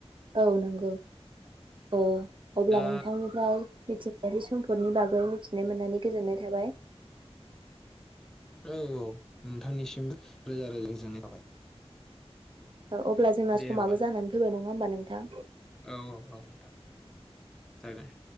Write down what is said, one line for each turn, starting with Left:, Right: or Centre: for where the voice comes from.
Right: औ नंगौ ओ अब्ला
Centre: दा
Right: नोंथांनिफ्राय मिथिंगायारि सम्पदनि बागै मिथिनो मोननानै गोजोननाय थाबाय।
Centre: औ औ नोंथांनिसिम रोजा रोजा जोननाय थाबाय।
Right: अ अब्ला जोंना
Centre: दे
Right: समाबो
Centre: होमबा
Right: जानानै फैबाय न नङा होमबा नोंथां?
Centre: औ औ औ नोंथां जागोन दे।